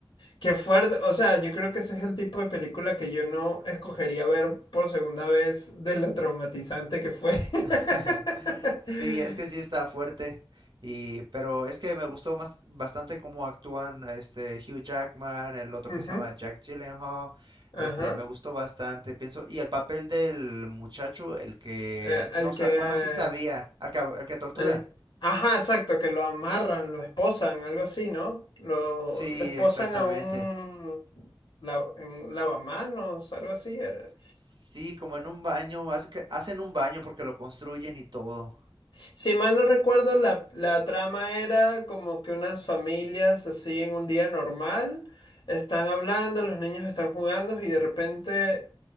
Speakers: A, on the left (about 65°); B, on the right (about 60°).
A: Qué fuerte, o sea, yo creo que ese es el tipo de película que yo no escogería ver por segunda vez de lo traumatizante que fue. <laughs>
B: <laughs> Sí, es que sí está fuerte. Y, pero es que me gustó más bastante cómo actúan este Hugh Jackman, el otro
A: Ujú,
B: que se llama Jack Gyllenhaal.
A: Ajá,
B: Este, me gustó bastante, pienso. Y el papel del muchacho, el que
A: Eh, el
B: no sabe,
A: que,
B: bueno, sí sabía, al que, al que torturan.
A: el- ajá, exacto, que lo amarran, lo esposan, algo así, ¿no? Lo,
B: Sí,
A: lo esposan
B: exactamente.
A: a un, la- en un lavamanos, algo así. era.
B: Sí, como en un baño, hace que- hacen un baño porque lo construyen y todo.
A: Si mal no recuerdo, la, la trama era como que unas familias así en un día normal están hablando, los niños están jugando y de repente